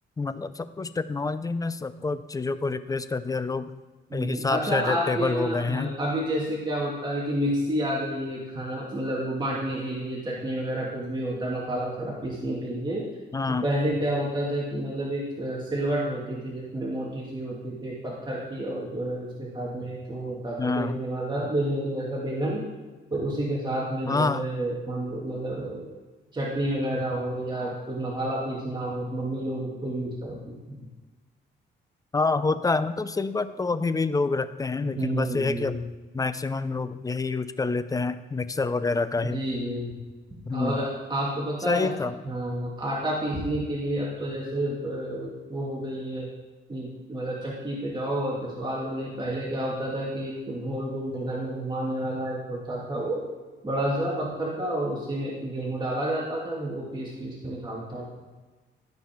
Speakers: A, on the left; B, on the right.
A: मतलब सब कुछ टेक्नोलॉजी में सबको चीजों को रिप्लेस कर दिया लोग
B: हम्म,
A: हिसाब
B: अच्छा
A: से
B: आपके
A: अडेप्टेबल
B: यहाँ
A: हो गए हैं
B: अ, अभी जैसे क्या होता है कि मिक्सी आ गई है खाना मतलब वो बांटने के लिए चटनी वगैरह कुछ भी होता है मसाला वसाला पीसने के लिए
A: हाँ
B: तो पहले क्या होता था कि मतलब एक अ, सिलवट होती थी जिसमें मोटी सी होती थी एक पत्थर की और जो है उसके साथ में एक वो होता था
A: हाँ
B: बेलने वाला बेलने के जैसा बेलन तो उसी के साथ में
A: हाँ
B: जो है हम लोग मतलब अ, चटनी वगैरह हो या कुछ मसाला पीसना हो तो मम्मी लोग उसको यूज करती थी
A: हाँ होता है मतलब सिल्वर तो अभी भी लोग रखते हैं
B: हम्म
A: लेकिन
B: हम्म,
A: बस ये है कि अब मैक्सिमम लोग यही यूज कर लेते हैं मिक्सर वगैरह का ही
B: जी जी
A: हम्म
B: और आपको पता
A: सही
B: है
A: था
B: हाँ, आटा पीसने के लिए अब तो जैसे अब, वो हो गई है कि मतलब चक्की पे जाओ और पिसवा लो नहीं पहले क्या होता था कि एक गोल गोल घर में घुमाने वाला एक होता था वो बड़ा सा पत्थर का और उसी में गेहूं डाला जाता था फिर वो पीस पीस के निकालता था